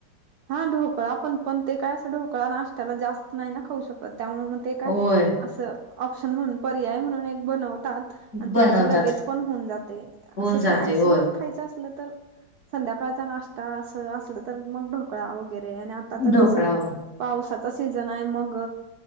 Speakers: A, on the right; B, on the left.
A: हा ढोकळा पण पण ते काय असं ढोकळा नाश्त्याला जास्त नाही ना खाऊ शकत त्यामुळे ते काय
B: होय
A: असं ऑप्शन म्हणून पर्याय म्हणून एक बनवतात. आणि
B: बनवतात
A: ते कसं लगेज पण होऊन जाते
B: होऊन
A: असं स्नॅक्स
B: जाते होय
A: म्हणून खायचं असलं तर. संध्याकाळचा नाश्ता असं असलं तर मग ढोकळा वगैरे आणि आता तर
B: ढोकळा
A: कसं. पावसाचा सीझन आहे मग